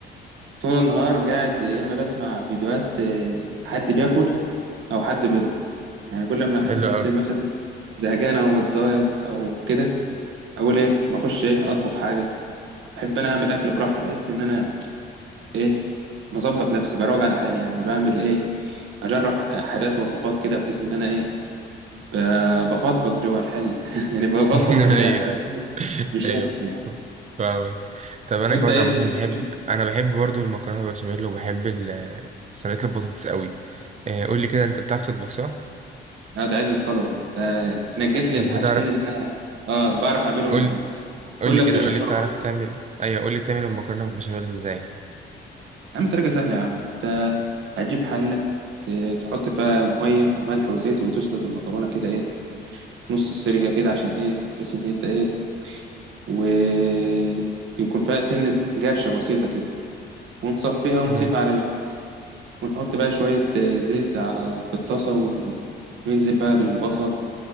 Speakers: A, on the right; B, on the right.
A: طول النهار قاعد يا اما بسمع فيديوهات آه، حد بياكل او حد بيطبخ يعني كل ما احس
B: حلو
A: نفسي
B: قوي
A: مثلا زهقان او متضايق او كده اقول ايه ما اخش ايه اطبخ حاجه بحب انا اعمل اكل براحتي بحس ان انا ايه مظبط نفسي بروج على حالي يعني بعمل ايه اجرب ح- حاجات وصفات كده بحيث ان انا ايه ب- بفضفض جوه الحل <laughs> يعني ب-
B: <laughs>
A: بطبخ
B: ايوه
A: مشاعر مش
B: ايوه
A: مش
B: ايوه
A: اكل يعني
B: فاهمك طب انا
A: وانت
B: كمان
A: ايه
B: عامه
A: الدنيا
B: بحب
A: بتحب
B: انا بحب برضو المكرونه بالبشاميل وبحب ال- صينيه البطاطس قوي آه، قول لي كده انت بتعرف تطبخ صح
A: اه ده عز الطلب انت نجيت لي
B: طب
A: الحاجتين
B: بتعرف
A: اللي انا اه بعرف اعملهم
B: قول
A: كلك
B: قول لي كده
A: بيشكروا
B: قول لي بتعرف
A: فيا
B: تعمل ايوه قول لي تعمل المكرونه بالبشاميل ازاي
A: يا عم طريقه سهله يا عم انت هتجيب حله ت- تحط فيها ميه وملح وزيت وتسلق المكرونه كده ايه نص السلقه كده عشان ايه تحس ان انت ايه ويكون فيها سنة جرشة بسيطة كده ونصفيها ونسيبها
B: امم
A: على جنب ونحط بقى شوية آه، زيت على في الطاسة ون- وننزل بقى بالبصل